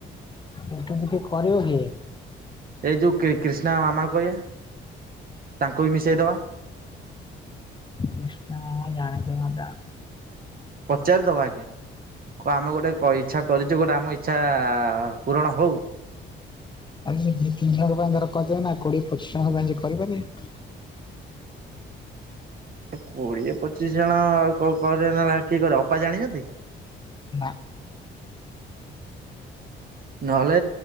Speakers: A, on the left; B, on the right.
A: ଏଟା ତ କିଏ କରିବ କିଏ?
B: ଏଇ ଯୋଉ କ୍ରିଷ୍ଣା ମାମା କହିବା ତାଙ୍କୁ ବି ମିଶେଇଦବା।
A: କୃଷ୍ଣ ଜାଣିଛ ନ?
B: ଚାରି ଦେବା ଆଜ୍ଞା। କ ଆମେ ଗୋଟେ ଇଛା କରିଛୁ, ଗୋଟେ ଆମ ଇଚ୍ଛା ପୂରଣ ହଉ।
A: ଆଉ ଦି ତିନି ଜଣ ପାଇଁ ଧର କରିଦେବା ନା କୋଡିଏ ପଚିଶ ଜଣ ପାଇଁ ସେ କରିପାରିବେ।
B: <inaudible> କୋଡିଏ ପଚିଶ ଜଣ ଆଉ କଣ କରିଏନି ଆଉ କିଏ କରିଅ ଅପା ଜାଣିଛନ୍ତି?
A: <inaudible>
B: ନହେଲେ